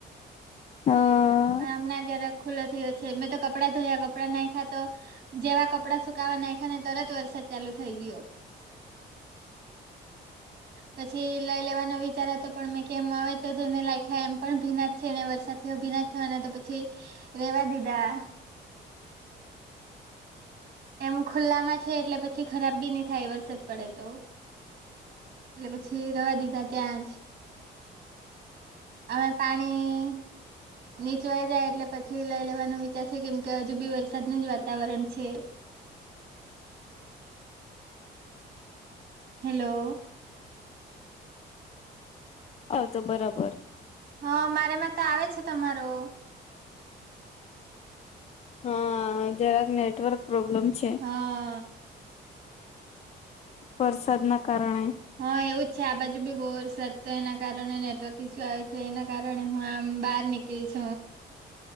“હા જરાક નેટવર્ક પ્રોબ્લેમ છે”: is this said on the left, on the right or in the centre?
Left